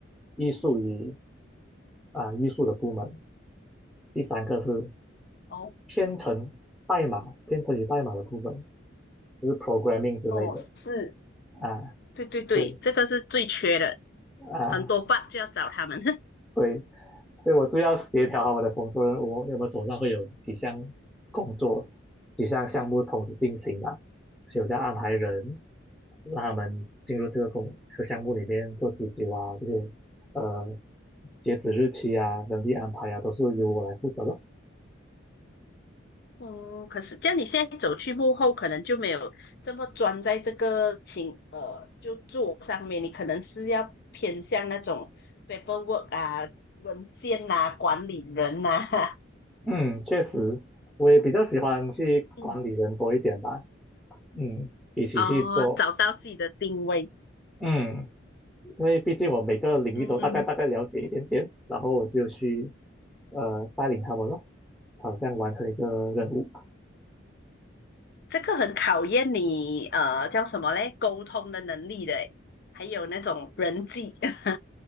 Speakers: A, in the centre; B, on the left (about 55°).
A: 艺术与啊、艺术的部门。第三个是
B: 哦
A: 编程代码，编程与代码的部分，就是 programming 之类的
B: 哦，是，
A: 啊，
B: 对对对，
A: 对
B: 这个是最缺的，
A: 啊，
B: 很多 bug 就要找他们。
A: 对，所以我就要协调好我的工作任务，因为我们手上会有几项工作、几项项目同时进行嘛，所以我就要安排人让他们进入这个工这个项目里面做急救啊，这些呃截止日期啊、人力安排啊，都是由我来负责的。
B: 嗯，可是这样你现在走去幕后，可能就没有这么专在这个情呃就做上面，你可能是要偏向那种 paperwork 啊、文件呐、管理人呐、<laughs>
A: 嗯，确实，我也比较喜欢去管理人多一点吧。
B: 嗯，
A: 嗯，一起去做，
B: 哦，找到自己的定位，
A: 嗯，因为毕竟我每个领域都大概大概了解一点点，
B: 嗯嗯，
A: 然后我就去呃带领他们咯，好像完成一个任务，
B: 这个很考验你呃叫什么嘞，沟通的能力的诶，还有那种人际 <laughs>